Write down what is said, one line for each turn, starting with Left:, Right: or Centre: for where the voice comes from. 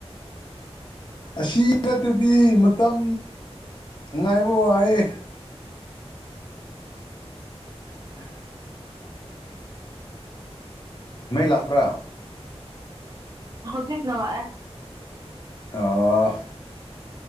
Left: ꯑꯁꯤ ꯅꯠꯇꯔꯗꯤ ꯃꯇꯝ ꯉꯥꯏꯕ ꯋꯥꯏꯌ‌ꯦ ꯎꯝ ꯃꯩ ꯂꯥꯛꯄ꯭ꯔꯥ?
Right: ꯍꯧꯖꯤꯛ ꯅ ꯂꯥꯛꯑꯦ
Left: ꯑꯣ